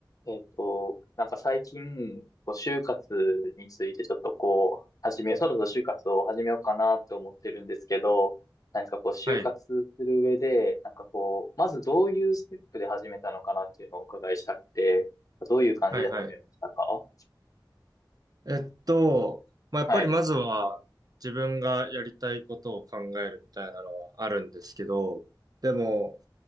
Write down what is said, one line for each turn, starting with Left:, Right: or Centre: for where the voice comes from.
Left: えっと、なんか最近、こう就活についてちょっとこう、始め、そろそろ就活を始めようかなって思ってるんですけど、何かこう、就活する上で、
Right: はい、
Left: なんかこう、まずどういうステップで始めたのかなっていうのをお伺いしたくて、どういう感じで始めましたか
Right: はい、はい。えっと、まあ、やっぱりまずは自分がやりたいことを考えるみたいなのはあるんですけど、
Left: はい。
Right: でも、